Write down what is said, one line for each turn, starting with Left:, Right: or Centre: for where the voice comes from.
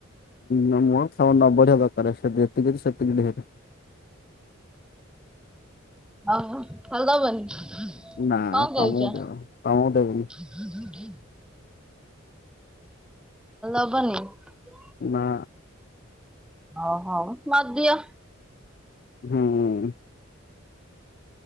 Left: ମୁହ ନ ବଢିଆ ଦରକାର ସେ ଯେତିକି ସେତିକି ଢେର୍ <inaudible>
Centre: ହ ଅଲଦା ବନି କଣ
Left: ନା ତମକୁ
Centre: କହୁଛ?
Left: ଦେବ ତମକୁ ଦେବିନି
Centre: ତାହଲେ ଯବନି <unintelligible>
Left: ନା
Centre: ହ ହୋ, ମାଧିଆ
Left: ହୁଁ